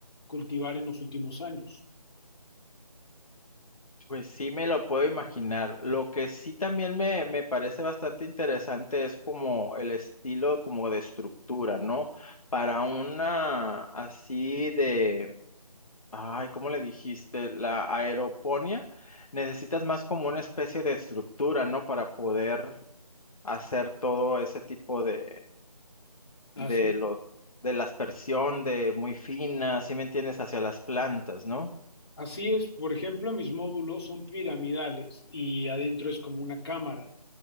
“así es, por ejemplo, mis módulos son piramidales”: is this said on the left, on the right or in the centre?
Left